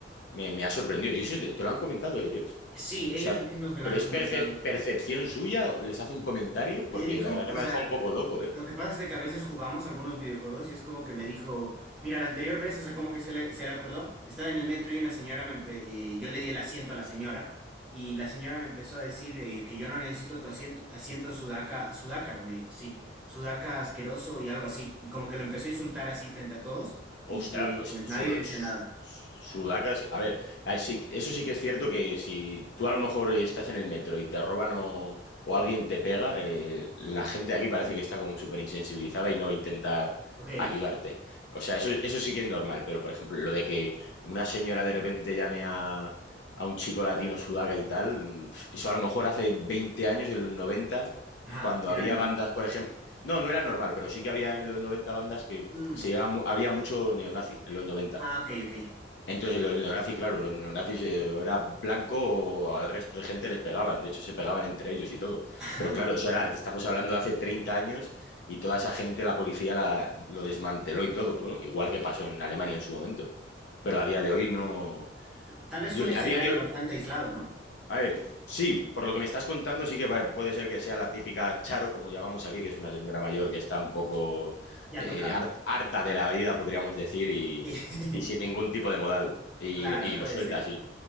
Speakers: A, on the left; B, in the centre.
A: me, me ha sorprendido. Y eso te, te, lo han comentado ellos.
B: Sí, ellos
A: O sea,
B: mismos me lo
A: ¿pero
B: han
A: es
B: comentado.
A: percep- percepción suya? ¿Les hacen comentarios? Porque
B: Me dijo,
A: la verdad que
B: o
A: me
B: sea,
A: ha dejado un poco loco, ¿eh?
B: lo que pasa es de que a veces jugamos algunos videojuegos y es como que me dijo, mira, la anterior vez, o sea, como que se le, se le acordó, estaba en el metro y una señora me empe- eh, yo le di el asiento a la señora y la señora me empezó a decir eh, que yo no necesito tu asiento, asiento sudaca, sudaca, me dijo, sí, sudaca asqueroso y algo así, y como que lo empezó a insultar así frente a todos y
A: Ostras,
B: que
A: pues
B: pues
A: Sud-
B: nadie decía nada.
A: Sudaca, es- a ver, ah, sí- eso sí que es cierto que si tú a lo mejor estás en el metro y te roban o, o alguien te pega, eh, la gente aquí parece que está como súper insensibilizada y no va a intentar
B: Ok,
A: ayudarte. O sea, eso, eso sí que es normal, pero por ejemplo, lo de que una señora de repente llame a, a un chico latino Sudaca y tal, mm, pf, eso a lo mejor hace 20 años, en los 90,
B: ajá,
A: cuando
B: era
A: había
B: normal.
A: bandas, por ejemplo, no, no era normal, pero sí que había en los 90 bandas que
B: Mm,
A: se llevaba mu- había mucho neonazi en los noventa
B: Ah, ok, ok. <laughs>
A: Entonces, los neonazis, claro, los neonazis eh, era blanco, al resto de gente les pegaban, de hecho se pegaban entre ellos y todo.
B: Ah,
A: Pero
B: ya,
A: claro, eso
B: ok.
A: era, estamos hablando de hace 30 años y toda esa gente, la policía la, lo desmanteló y todo, bueno, igual que pasó en Alemania en su momento. Pero a día de hoy no.
B: Tal vez
A: Yo,
B: fue un escenario
A: a día de hoy,
B: bastante aislado, ¿no?
A: a ver, sí, por lo que me estás contando, sí que pa- puede ser que sea la típica Charo, como llamamos aquí, que es una señora mayor que está un poco
B: Ya
A: eh,
B: tocaba.
A: har- harta de la vida, podríamos decir, y,
B: <laughs>
A: y sin ningún tipo de modal, y,
B: Claro,
A: lo- y
B: puede
A: lo suelta
B: ser.
A: así.